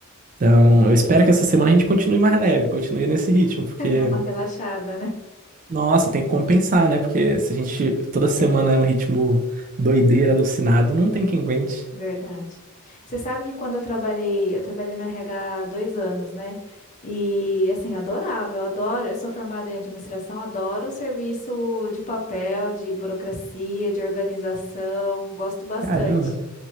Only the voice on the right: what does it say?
Então, eu espero que essa semana a gente continue mais leve, continue nesse ritmo,
porque,
nossa, tem que compensar, né? Porque se a gente toda semana é um ritmo doideira, alucinado, não tem quem aguente.
Caramba.